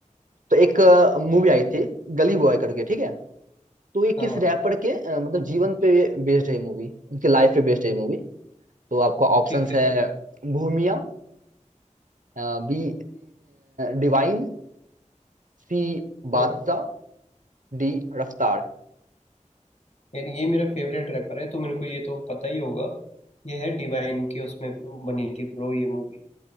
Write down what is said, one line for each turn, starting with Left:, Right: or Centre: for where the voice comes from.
Right: तो एक मूवी आई थी गली बॉय करके ठीक है तो ये किस
Left: हाँ हाँ
Right: रैपर के अ, मतलब जीवन पे बेस्ड है मूवी उनके लाइफ पे बेस्ड है मूवी तो आपका ऑप्शंस
Left: ठीक है
Right: है भूमिया B Divine C Badshah
Left: हम्म
Right: D रफ्तार
Left: यार ये मेरा फेवरेट रैपर है तो मेरे को ये तो पता ही होगा ये है डिवाइन की उसमें बनी थी ब्रो ये मूवी